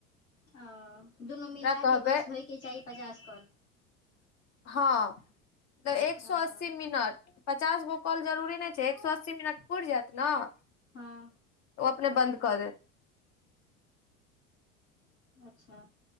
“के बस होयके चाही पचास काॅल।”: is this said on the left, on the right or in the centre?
Left